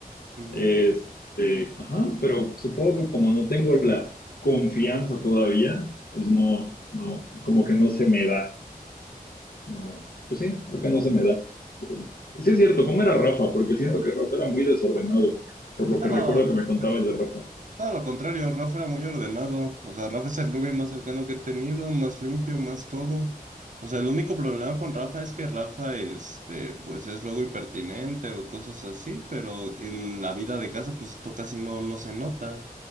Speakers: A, on the right (about 55°); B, on the left (about 75°).
A: ujú.
B: Este, ajá, pero supongo que como no tengo la confianza todavía, pues no, no, como que no se me da. No, pues sí, creo que no se me da. Sí es cierto, ¿cómo era Rafa? Porque siento que Rafa era muy desordenado, por
A: No,
B: lo que recuerdo que me
A: fíjate.
B: contabas de Rafa.
A: Todo lo contrario, Rafa era muy ordenado. O sea, Rafa es el roomie más cercano que he tenido, más limpio, más todo. O sea, el único problema con Rafa es que Rafa, este, pues es luego impertinente o cosas así, pero en la vida de casa, pues esto casi no, no se nota.